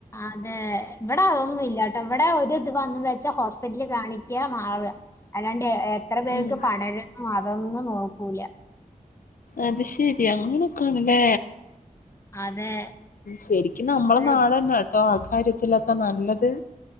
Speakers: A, on the left; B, on the left.
A: അതെ ഇവടെ അതൊന്നുല്ലട്ടോ ഇവടെ ഒരു ഇത് വന്ന് വെച്ച ഹോസ് ഹോസ്പിറ്റലിൽ കാണിക്ക മാറുക അല്ലാണ്ട് എത്ര പേർക്ക്
B: ഉം
A: പടരുന്നു അതൊന്നും നോക്കൂല്ല
B: അത് ശെരിയ അങ്ങനൊക്ക ആണല്ലേ
A: അതെ
B: ശരിക്കും നമ്മളെ
A: അതെ
B: നാടന്നെട്ടോ ആ കാര്യത്തിലൊക്കെ നല്ലത്